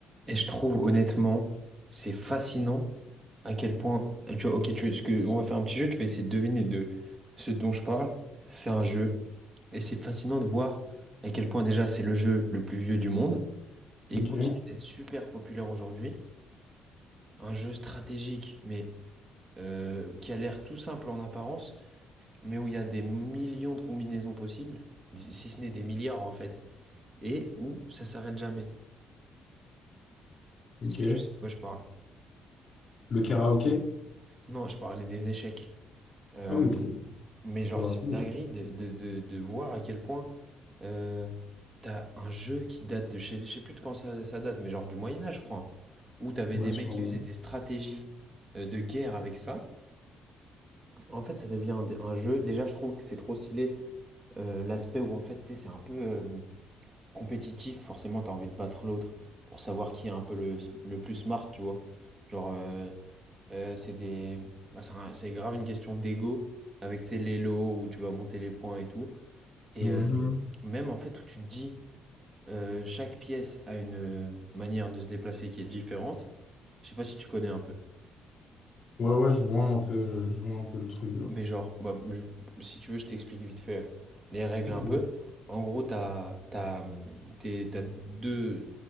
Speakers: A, on the right (about 35°); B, on the left (about 45°).
A: Et je trouve honnêtement, c'est fascinant à quel point. Tu vois, ok, tu, ce que- on va faire un petit jeu, tu vas essayer de deviner de ce dont je parle. C'est un jeu. Et c'est fascinant de voir à quel point déjà c'est le jeu le plus vieux du monde. Et
B: Ok,
A: il continue d'être super populaire aujourd'hui. Un jeu stratégique, mais euh, qui a l'air tout simple en apparence, mais où il y a des millions de combinaisons possibles, si ce n'est des milliards en fait. Et où ça s'arrête jamais.
B: ok.
A: Est-ce que tu sais de quoi je parle?
B: Le karaoké?
A: Non, je parlais des échecs. Euh,
B: Ah oui, ok. C'est
A: mais genre,
B: dur
A: c'est
B: à trouver,
A: une dinguerie
B: ouais,
A: de, de- de- de voir à quel point euh, t'as un jeu qui date de, je sais, je sais plus de quand ça, ça date, mais genre du Moyen Âge, je crois, hein, où t'avais
B: Ouais,
A: des
B: sûrement.
A: mecs qui faisaient des stratégies euh, de guerre avec ça. En fait, ça devient un, un jeu. Déjà, je trouve que c'est trop stylé euh, l'aspect où en fait, tu sais, c'est un peu euh, compétitif. Forcément, t'as envie de battre l'autre pour savoir qui est un peu le, le plus smart, tu vois. Genre, euh, euh, c'est des... bah, c'est un- c'est grave une question d'ego avec tu sais, les lots où tu vas monter les points et tout. Et
B: Mhm.
A: euh, même en fait où tu te dis euh, chaque pièce a une euh, manière de se déplacer qui est différente. Je sais pas si tu connais un peu.
B: Ouais, ouais, je vois un peu, je vois un peu le truc. genre.
A: Mais genre, bah, je- si tu veux, je t'explique vite fait euh, les règles
B: Mhm.
A: un peu. En gros, t'as, t'as, hum, t'es- t'as deux,